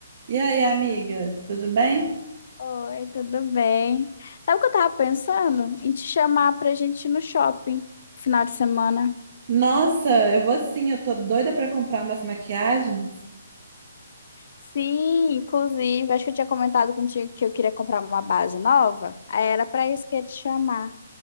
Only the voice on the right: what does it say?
E aí, amiga, tudo bem?
Nossa, eu vou sim, eu tô doida pra comprar umas maquiagens.